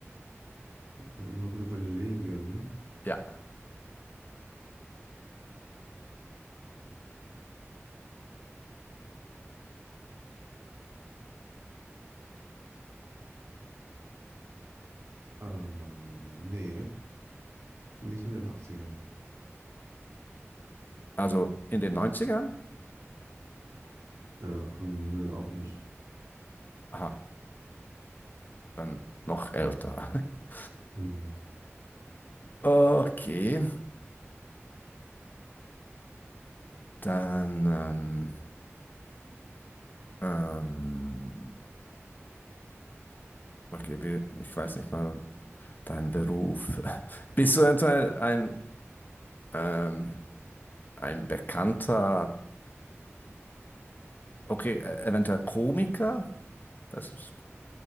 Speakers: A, on the right; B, on the left.
A: Da muss ich mal gut überlegen.
B: Ja,
A: Ah, nee, nicht in den Achtzigern.
B: also in den neunzigern?
A: Äh, nö, auch nicht.
B: Aha, dann noch älter. <laughs>
A: Ja.
B: Okay, dann, ähm, ähm, okay, wir, ich weiß nicht mal, Dein Beruf. <laughs> Bist du eventuell ein, ähm, ein bekannter, okay, äh, eventuell Komiker? Das ist.